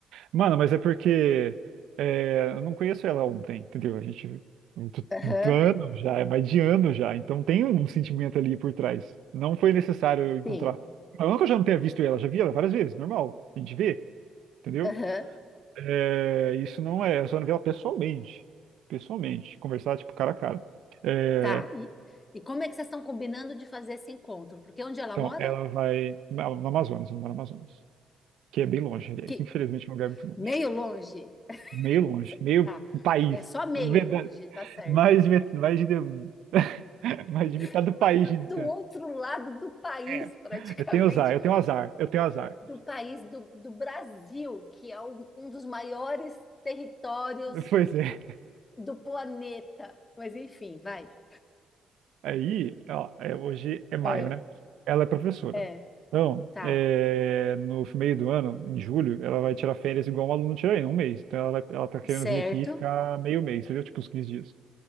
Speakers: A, on the right; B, on the left.
A: Mano, mas é porque é, eu não conheço ela ontem, entendeu? A gente. Muito,
B: Aham,
A: muito ano já, é mais de ano já. Então tem um sentimento ali por trás. Não foi necessário eu encontrar.
B: sim.
A: Não que eu já não tenha visto ela, já vi ela várias vezes, normal. A gente vê, entendeu?
B: Aham.
A: É, isso não é, eu só não vi ela pessoalmente. Pessoalmente, conversar tipo cara a cara. É,
B: Tá. E, e como é que vocês estão combinando de fazer esse encontro? Porque onde ela
A: então,
B: mora?
A: ela vai na no Amazonas, ela mora no Amazonas, que é bem longe, aliás.
B: Que,
A: Infelizmente, é um lugar muito longe.
B: meio longe.
A: Meio longe,
B: C-
A: meio
B: Tá.
A: país.
B: É só meio
A: Verdade.
B: longe, tá certo.
A: Mais, de met- mais de, <laughs> mais de metade
B: Ela
A: do país
B: mora
A: de distância.
B: do outro lado do país,
A: É,
B: praticamente,
A: eu tenho azar, eu tenho azar, eu tenho azar.
B: do país do, do Brasil, que é um, um dos maiores territórios
A: <laughs> Pois é.
B: do planeta. Mas enfim, vai.
A: Aí, ó, é- hoje é maio,
B: É,
A: né? Ela é professora.
B: é,
A: Então,
B: tá.
A: é, no meio do ano, em julho, ela vai tirar férias igual um aluno tira aí, um mês. Então, ela, vai, ela tá querendo
B: Certo,
A: vir aqui e ficar meio mês, entendeu? Tipo, uns 15 dias.